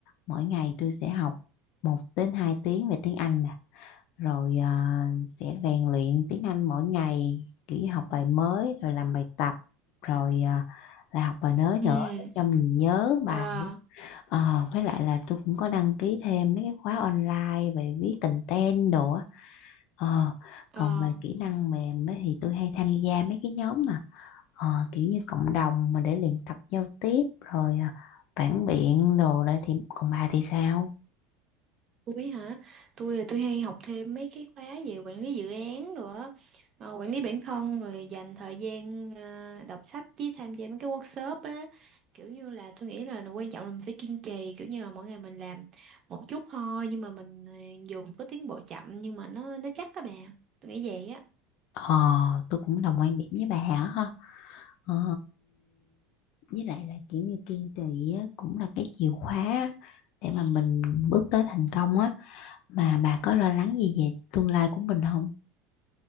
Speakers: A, on the left; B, on the right.
A: mỗi ngày tôi sẽ học một đến hai tiếng về tiếng Anh nè, rồi à, sẽ rèn luyện tiếng Anh mỗi ngày kiểu như học bài mới rồi làm bài tập rồi à, lại học bài mới nữa
B: ừ
A: để cho mình nhớ bài
B: ờ
A: Ờ, với lại là tôi cũng có đăng ký thêm mấy cái khóa online về viết content đồ á Ờ,
B: ờ
A: còn về kỹ năng mềm ấy, thì tôi hay tham gia mấy cái nhóm mà ờ, kiểu như cộng đồng mà để luyện tập giao tiếp rồi à, phản biện đồ đấy. thì còn bà thì sao
B: Tôi hả? Tôi là tôi hay học thêm mấy cái khóa về quản lý dự án rồi nữa, quản lý bản thân rồi dành thời gian ờ, đọc sách với tham gia mấy cái workshop á. Kiểu như là tôi nghĩ là quan trọng là mình phải kiên trì, kiểu như là mỗi ngày mình làm một chút thôi nhưng mà mình ờ, dù có tiến bộ chậm nhưng mà nó nó chắc các bạn. Tôi nghĩ vậy á.
A: ờ tôi cũng đồng quan điểm với bà hả Ờ, với lại là kiểu như kiên trì á, cũng là cái chìa khóa để mà mình bước tới thành công á mà bà có lo lắng gì về tương lai của mình không?